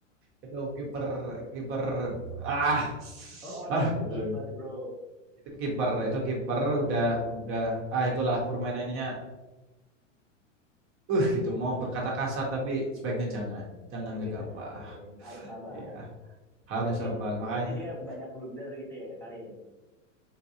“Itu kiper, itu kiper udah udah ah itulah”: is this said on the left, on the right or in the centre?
Right